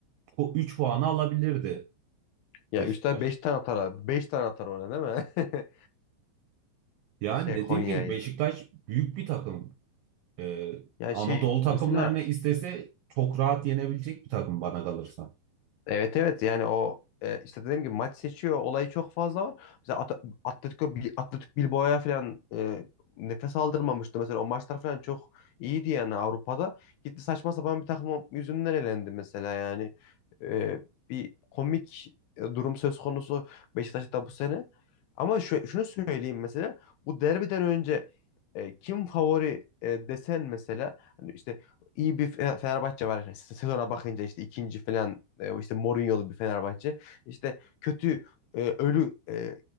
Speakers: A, on the right; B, on the left.
A: o 3 puanı alabilirdi
B: Ya
A: Beşiktaş.
B: Üstad 5 tane atar abi. 5 tane atar oraya değil
A: Yani
B: mi? <laughs> Şey
A: dediğim
B: Konya'ya.
A: gibi Beşiktaş büyük bir takım. Ee,
B: Ya
A: Anadolu
B: şey
A: takımlarını
B: mesela
A: istese çok rahat yenebilecek bir takım bana kalırsa.
B: Evet evet yani o e, işte dediğim gibi maç seçiyor olayı çok fazla var. Mesela At Atletico Bil- Atletik Bilbao'ya falan e, nefes aldırmamıştı mesela o maçlar falan çok iyiydi yani Avrupa'da. Gitti saçma sapan bir takım yüzünden elendi mesela yani. E, bir komik e, durum söz konusu Beşiktaş'ta bu sene. Ama şu, şunu söyleyeyim mesela bu derbiden önce e, kim favori e, desen mesela hani işte iyi bir Fe- Fenerbahçe var. İşte Se- Sezona bakınca işte ikinci falan e, işte Mourinho'lu bir Fenerbahçe. İşte kötü e, ölü e,